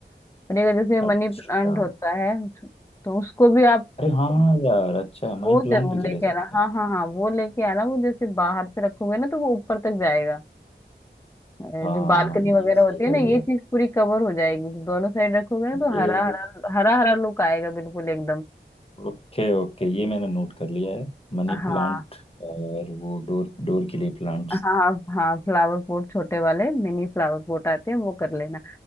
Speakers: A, on the left (about 15°); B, on the left (about 30°).
A: और एक जैसे मनी
B: अच्छा
A: प्लांट होता है तो उसको भी आप
B: अरे हाँ यार अच्छा है मनी
A: वो
B: प्लांट
A: जरूर
B: भी तो
A: लेके
B: ले सकते
A: आना हाँ
B: हैं
A: हाँ हाँ वो लेके आना वो जैसे बाहर से रखोगे ना तो वो ऊपर तक जाएगा अ,
B: हाँ
A: जो बालकनी वगैरह
B: ये सही
A: होती है ना
B: आइडिया
A: ये चीज पूरी कवर हो जाएगी तो दोनों साइड रखोगे ना तो
B: ये
A: हरा हरा हरा हरा लुक आएगा बिल्कुल एकदम
B: ओके ओके ये मैंने नोट कर लिया है Money
A: हाँ
B: plant और वो डोर डोर के लिए प्लांट्स
A: हाँ हाँ फ्लावर पॉट छोटे वाले मिनी फ्लावर पॉट आते हैं वो कर लेना